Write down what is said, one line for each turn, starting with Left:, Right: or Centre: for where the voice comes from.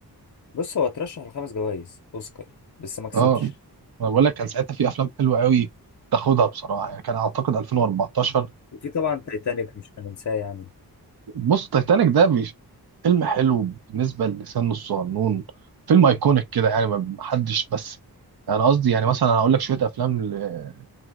Left: بص هو اترشح لخمس جوائز اوسكار بس ما كسبش
Right: اه انا بقول لك كان ساعتها في افلام حلوه قوي تاخدها بصراحه يعني كان اعتقد 2014
Left: وفي طبعا تايتانيك مش هننساه يعني
Right: بص تايتانيك ده بيش- فيلم حلو بالنسبة لسنه الصغنون فيلم ايكونيك كده يعني ما حدش بس انا قصدي يعني مثلا هقول لك شوية افلام ل-